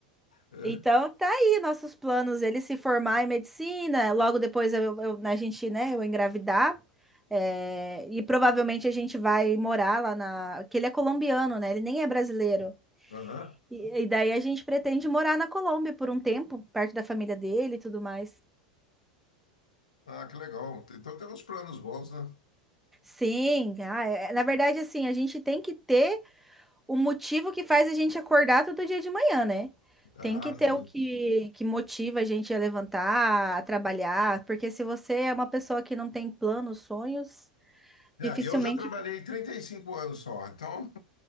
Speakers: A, on the left; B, in the centre.
A: É,
B: Então tá aí nossos planos, ele se formar em medicina, logo depois eu, eu- a gente, né, eu engravidar, é, e provavelmente a gente vai morar lá na... que ele é colombiano, né, ele nem é brasileiro.
A: aham.
B: E, e daí a gente pretende morar na Colômbia por um tempo, perto da família dele e tudo mais.
A: Ah, que legal. Então tem uns planos bons, né?
B: Sim, ah, é- é, na verdade, assim, a gente tem que ter o motivo que faz a gente acordar todo dia de manhã, né?
A: Ah,
B: Tem que ter
A: sim.
B: o que, que motiva a gente a levantar, a trabalhar, porque se você é uma pessoa que não tem planos, sonhos,
A: É,
B: dificilmente.
A: eu já trabalhei 35 anos só, então